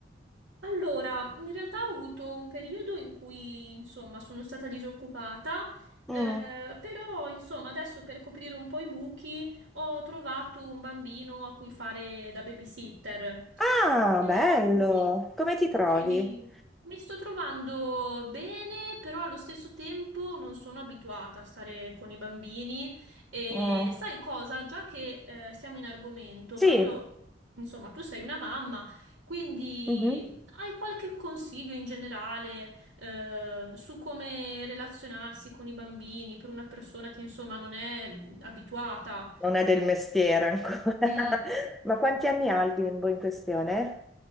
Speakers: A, on the right; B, in the centre.
A: Allora, in realtà ho avuto un periodo in cui, insomma, sono stata disoccupata, eh,
B: Mm.
A: però, insomma, adesso per coprire un po' i buchi ho trovato un bambino a cui fare da babysitter.
B: Ah,
A: E,
B: bello!
A: sì,
B: Come ti trovi?
A: sì, mi, mi sto trovando bene, però allo stesso tempo non sono abituata a stare con i bambini. E
B: Mm.
A: sai cosa? Già che eh, siamo in argomento,
B: Sì.
A: proprio, insomma, tu sei una mamma. Quindi
B: Mhm.
A: hai qualche consiglio in generale, eh, su come relazionarsi con i bambini per una persona che insomma non è mm, abituata?
B: Non è del mestiere ancora.
A: Mm.
B: <laughs> Ma quanti anni ha il bimbo in questione?